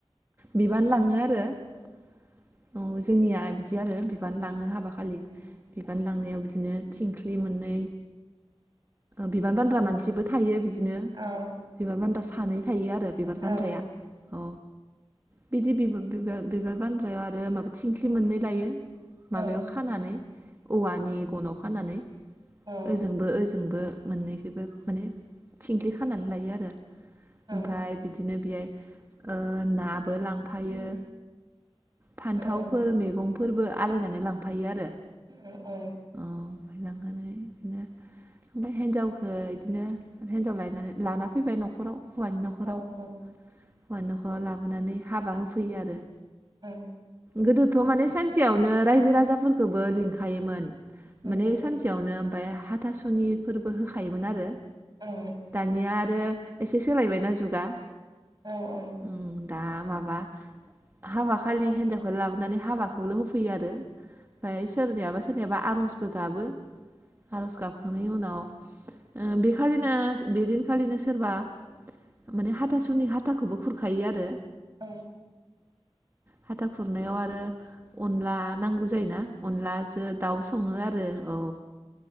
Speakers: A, on the right; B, on the right.
A: बिबान लां <inaudible> औ जोंनिया बिदि आरो बिबान लाङो हाब खालि
B: उम
A: बिबान लांनायाव बिदिनो थिंख्लि मोननै। बिबान बान्द्रा
B: औ
A: मानसिबो थायो बिदिनो
B: औ
A: बिबान बान्द्रा सानै थायो आरो बिबान
B: औ
A: <unintelligible> औ बिदि बिब बिबान बिबान बान्द्रायाव आरो माबा थिंख्लि मोननै लायो। माबायाव
B: औ
A: खानानै औवानि गनाव खानानै
B: औ
A: ओजोंबो ओज जोंबो मोननैखोबो माने थिंख्लि खानानै लायो आरो।
B: औ
A: ओमफ्राय बिदिनो बेहाय ओ नाबो लांफायो
B: नंगौ
A: फान्थावफोर
B: औ
A: मैगं फोरबो आलायनानै लांफायो आरो।
B: औ औ।
A: <unintelligible> बिदिनो ओमफ्राय हिनजावखौ बिदिनो हिनजाव लायनानै लाना फैबाय आरो नखराव हौवानि नखराव
B: औ औ
A: हौवानि नखराव लाबोनानै हाबा होफैयो आरो।
B: औ
A: गोदोथ माने सानसेयावनो रायजो राजाफोरखौबो लिंखायोमोन। माने
B: अनला
A: सानसेयावनो ओमफ्राय हा हाथासुनि फोरबो होखायोमोन आरो
B: औ
A: दानिया एसे सोलायबायना जुगा।
B: औ औ
A: उम, दा माबा हाबाखालि हेनजावखोल लाबोनानै हाबाखौल होफैयोआरो। फाय सोरनियाबा सो सोरनियाबा आरजबो गाबो आरज गाबखांनायनि उनाव ओ बेखालिनो बेदिनखालिनो सोरबा माने हाथासुनि हाथाखोबो खुरखायो आरो
B: ओं
A: हाथाखुरनायाव आरो अनला नांगौ जायोना? अनलाजो दाउ सङोआरो औ।